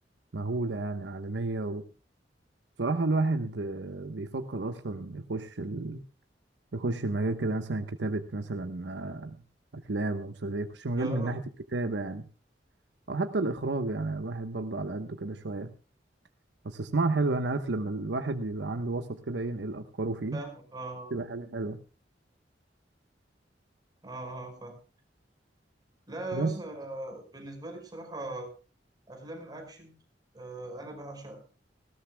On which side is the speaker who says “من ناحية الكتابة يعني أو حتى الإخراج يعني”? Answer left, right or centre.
Right